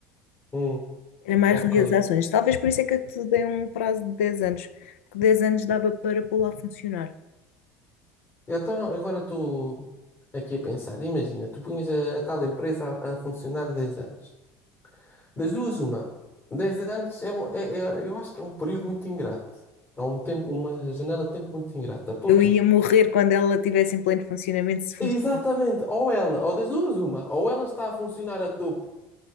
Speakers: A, on the left (about 30°); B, on the left (about 80°).
A: hum,
B: Era mais
A: ok.
B: realizações. Talvez por isso é que eu te dei um prazo de 10 anos, porque 10 anos dava para pô-la a funcionar.
A: Eu então, agora estou aqui a pensar, imagina, tu punhas a, a tal empresa a, a funcionar 10 anos. Das duas, uma. 10 anos é, um- é- é- eu acho que é um período muito ingrato. É um tempo, uma janela de tempo muito ingrata. Porquê?
B: Eu ia morrer quando ela estivesse em pleno funcionamento, se funcionasse.
A: Exatamente, ou ela, ou das duas, uma, ou ela está a funcionar a topo